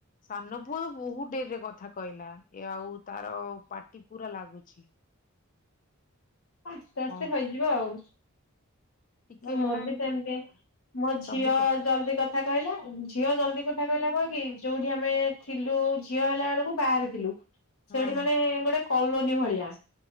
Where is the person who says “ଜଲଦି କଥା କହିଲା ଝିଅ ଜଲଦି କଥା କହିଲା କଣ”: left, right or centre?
Left